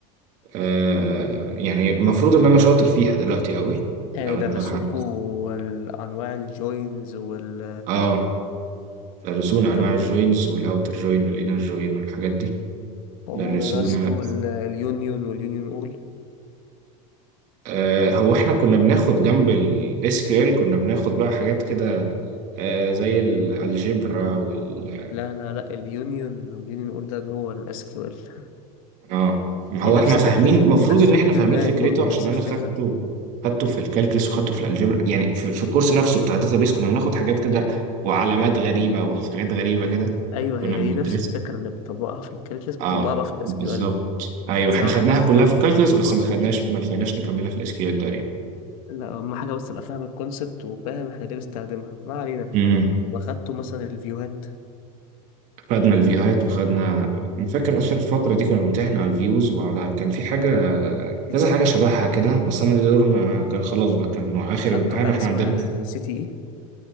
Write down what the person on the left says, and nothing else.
آه،
درسوكوا
ال- أنواع الجوينز وال
طب
طب
ودرستوا ال- اليونيون واليونيون أول
لا لا لا اليونيون واليونيون أول ده جوه الاس كيو ال <laughs> SQL
إيه، نفس
فكرة
ال... نفس
فكرة
الماث
برضه يعني
نفس
الفكرة
أيوه
هي
دي نفس الفكرة اللي بتطبقها في الكالكلس بتطبقها
بقى في الاس
كيو ال SQL
بس
اهم
حاجه بس
اهم
حاجه
تبقى فاهم
الكونسبت
لا اهم حاجه بس تبقى فاهم الكونسبت وفاهم احنا ليه بنستخدمها ما علينا
واخدته مثلا الفيوهات
سي
تي
اي
خدته
حاجه
اسمها
سي تي اي